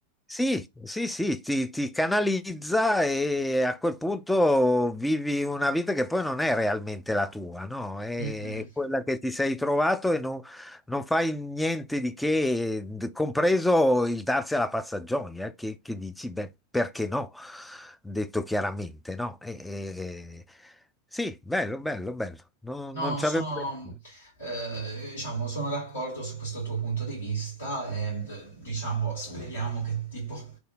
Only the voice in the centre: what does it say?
Sì, sì, sì, ti, ti canalizza e a quel punto vivi una vita che poi non è realmente la tua, no? È
quella che ti sei trovato e non, non fai niente di che, d- compreso il darsi alla pazza gioia, che, che dici, beh, perché no? Detto chiaramente, no? E- e- e- sì, bello, bello, bello. Non,
non ci
avevo... detto.